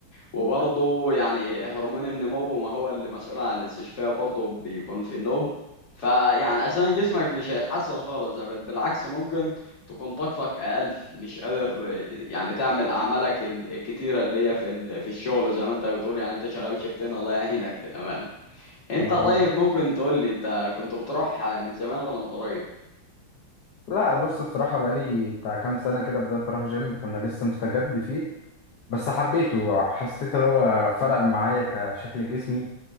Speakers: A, on the left; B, on the left.
A: وبرضه يعني هرمون النمو ما هو اللي مسؤول عن الاستشفاء برضه بيكون في النوم فيعني أساسا جسمك مش هيتحسن خالص ده بل بالعكس ممكن تكون طاقتك أقل مش قادر يعني تعمل أعمالك ال- الكتيرة اللي هي في ال- في الشغل زي ما أنت بتقول يعني أنت شغال شيفتين الله يعينك للأمانة أنت
B: ما
A: طيب
B: اه
A: ممكن تقول لي أنت كنت بتروح من زمان ولا من قريب؟
B: لا بص بصراحة بقالي بتاع كام سنة كده بدأت أروح جيم فأنا لسه مستجد فيه بس حبيته حسيت إن هو فرق معايا كشكل جسمي